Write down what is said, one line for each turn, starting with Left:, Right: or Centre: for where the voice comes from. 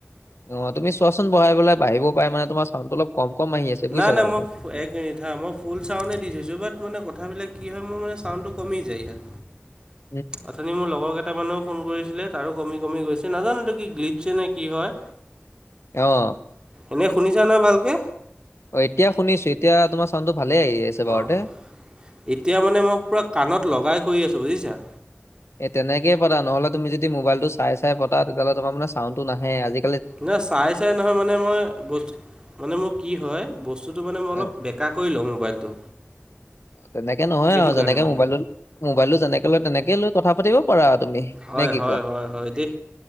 Left: অ', তুমি চোৱাচোন বহাই পেলাই বাহিবও পাৰে মানে তোমাৰ চাউণ্ডটো অলপ কম-কম আহি আছে। বুজিছা
Right: নাই-নাই
Left: কথাটো
Right: মই এক মিনিট হা, মই ফুল চাউনে দি থৈছো, বাট মানে কথাবিলাক কি হয় মোৰ মানে চাউনটো কমি যায় ইয়াত।
Left: <inaudible>
Right: অথনি মোৰ লগৰ কেইটামানেও ফোন কৰিছিলে তাৰো কমি- কমি গৈছে, নাজানো এইটো কি গ্লিটছে নে কি হয়।
Left: অ'।
Right: এনেই শুনিছা নহয় ভালকে।
Left: অ', এতিয়া শুনিছো এতিয়া তোমাৰ চাউণ্ডটো ভালে আহি আছে। বাৰুতে।
Right: অ', এতিয়া মানে মই পুৰা কাণত লগাই কৰি আছোঁ বুজিছা।
Left: এ তেনেকে পাতা নহ'লে তুমি যদি মোবাইলটো চাই চাই পতা তেতিয়াহ'লে তোমাৰ মানে চাউণ্ডটো নাহে। আজি
Right: নাই চাই চাই নহয় মানে মই বস্তু মানে মো কি হয়, বস্তুটো মানে মই অলপ
Left: অ,
Right: বে কা কৰি লওঁ মোবাইলটো।
Left: তেনেকে নহয়
Right: সেইটো
Left: আও
Right: কাৰণে
Left: যেনেকে
Right: মানে
Left: মোবাইলটো মোবাইলটো যেনেকে লয় তেনেকে লৈ কথা পাতিব পাৰা তুমি
Right: হয়
Left: নে কি
Right: হয়
Left: কোৱা?
Right: হয় হয় দেই